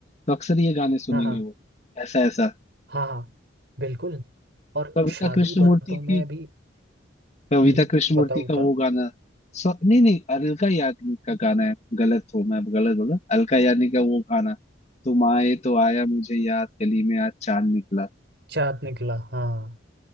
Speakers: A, on the left (about 35°); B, on the right (about 60°).
A: तो अक्सर ये गाने सुनेंगे
B: हाँ हाँ
A: वो ऐसा ऐसा
B: हाँ हाँ, बिल्कुल और
A: कविता
B: शादी
A: कृष्णमूर्ति
B: बरतों में
A: की
B: भी
A: कविता
B: हम्म,
A: कृष्णमूर्ति
B: बताओ
A: का
B: बताओ
A: वो गाना सो नहीं नहीं अलका याग्निक का गाना है गलत हूँ मैं गलत बोला अलका याग्निक का वो गाना तुम आए तो आया मुझे याद गली में आज चांद निकला
B: चाँद निकला हाँ